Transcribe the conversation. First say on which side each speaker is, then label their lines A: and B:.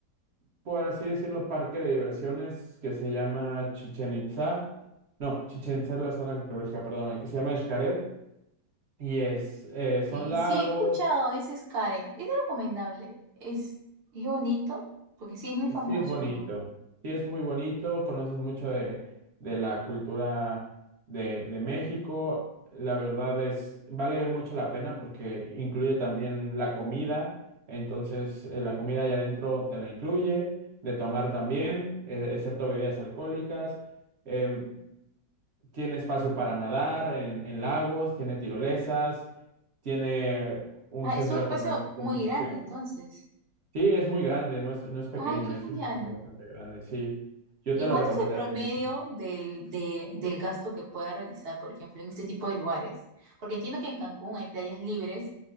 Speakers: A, on the right; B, on the right.
A: por así decirlo, parque de diversiones que se llama Chichen Itza. No, Chichen Itza es la zona arqueológica, perdóname, que se llama Xcaret. Y es, eh, son
B: Y
A: lagos.
B: sí, he escuchado, dices Karen. ¿Es recomendable? ¿Es, es bonito? Porque sí, es muy
A: Sí,
B: famoso.
A: es bonito. Sí, es muy bonito. Conoces mucho de, de la cultura de, de México. La verdad es, vale mucho la pena porque incluye también la comida. Entonces, eh, la comida allá adentro te la incluye, de tomar también, eh, excepto bebidas alcohólicas. Em, tiene espacio para nadar en, en lagos, tiene tirolesas, tiene un
B: Ah,
A: centro
B: es un espacio
A: de comer- conservación.
B: muy grande, entonces.
A: Sí, es muy grande, no es, no es pequeño,
B: Ay, qué
A: es
B: genial.
A: un espacio bastante grande, sí. Yo
B: ¿Y
A: te lo
B: cuánto
A: recomendaría
B: es el promedio
A: mucho.
B: del, de- del gasto que pueda realizar, por ejemplo, en este tipo de lugares? Porque entiendo que en Cancún hay playas libres,